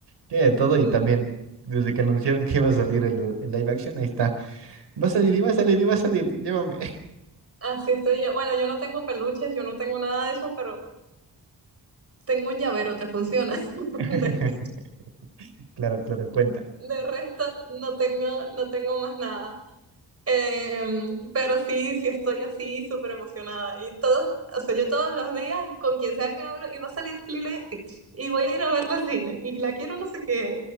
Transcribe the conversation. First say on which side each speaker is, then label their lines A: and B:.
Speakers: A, on the right; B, on the right.
A: tiene de todo
B: Mm,
A: y también, desde que anunciaron que iba a salir el, el live action, ahí está. Va a salir y va a salir y va a salir, llévame.
B: Así estoy yo. Bueno, yo no tengo peluches, yo no tengo nada de eso, pero tengo un llavero, ¿te funciona? <laughs>
A: <laughs>
B: De, Stitch.
A: Claro, claro, cuenta.
B: de resto, no tengo, no tengo más nada. Em, pero sí, sí estoy así súper emocionada. Y todos, o sea, yo todos los días con quien sea que hablo, y va a salir Lilo y Stitch, y voy a ir a verla al cine, y la quiero no sé qué,